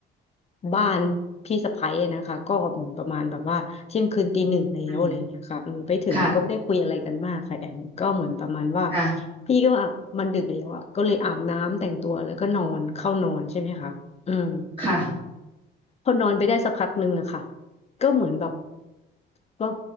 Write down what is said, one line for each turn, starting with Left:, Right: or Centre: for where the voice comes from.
Left: บ้านพี่สะใภ้อะนะคะก็เหมือนประมาณแบบว่าเที่ยงคืนตีหนึ่งแล้วอะไรอย่างเงี้ยค่ะอืมไปถึงเราก็ไม่ได้คุยอะไรกันมากค่ะแอมก็เหมือนประมาณว่า
Right: อืมค่ะค่ะ
Left: พี่ก็ว่ามันดึกแล้วอ่ะก็เลยอาบน้ำแต่งตัวแล้วก็นอนเข้านอนใช่ไหมคะอืม
Right: ค่ะ
Left: พอนอนไปได้สักพักหนึ่งอะค่ะก็เหมือนแบบว่า